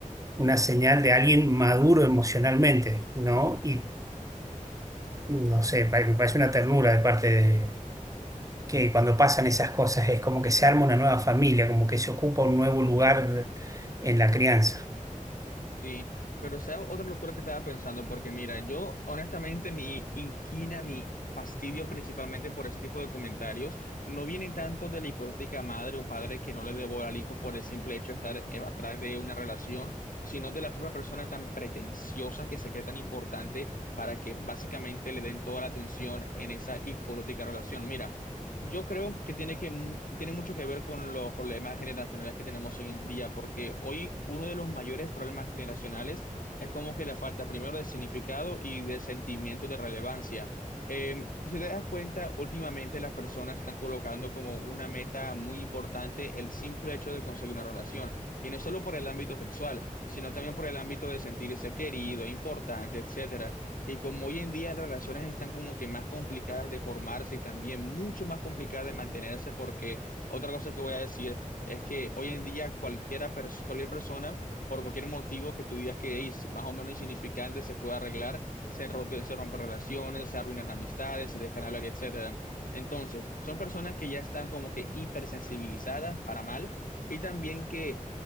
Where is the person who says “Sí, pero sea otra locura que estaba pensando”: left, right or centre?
Left